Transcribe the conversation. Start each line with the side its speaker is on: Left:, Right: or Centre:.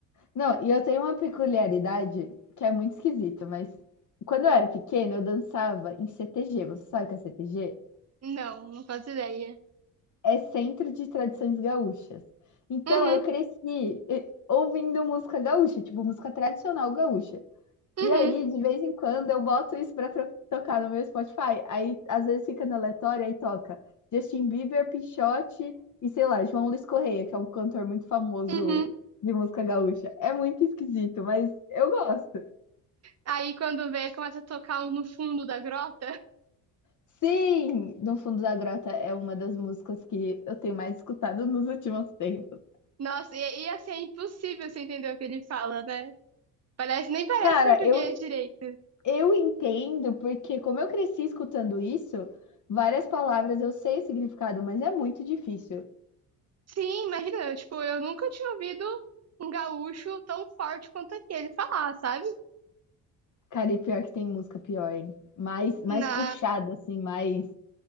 Left: Não, e eu tenho uma peculiaridade que é muito esquisita, mas quando eu era pequena, eu dançava em CTG. Você sabe o que é CTG?
Right: Não, não faço ideia.
Left: É Centro de Tradições Gaúchas. Então
Right: Uhum,
Left: eu cresci eh, ouvindo música gaúcha, tipo música tradicional gaúcha.
Right: uhum,
Left: E aí, de vez em quando, eu boto isso pra tro- tocar no meu Spotify. Aí, às vezes, fica no aleatório, aí toca Justin Bieber, Pixote e, sei lá, João Luiz Correia, que é um cantor muito famoso
Right: uhum.
Left: de música gaúcha. É muito esquisito, mas eu gosto.
Right: Aí quando vê, começa a tocar um no fundo da grota. <laughs>
Left: Sim! No Fundo da Grota é uma das músicas que eu tenho mais escutado nos últimos tempos.
Right: Nossa, e, e assim, é impossível você entender o que ele fala, né? Parece, nem parece
Left: Cara,
Right: português
Left: eu,
Right: direito.
Left: eu entendo, porque como eu cresci escutando isso, várias palavras eu sei o significado, mas é muito difícil.
Right: Sim, imagina, tipo, eu nunca tinha ouvido um gaúcho tão forte quanto aquele falar, sabe?
Left: Cara, e pior que tem música pior, hein? Mais, mais
Right: Na,
Left: puxada, assim, mais.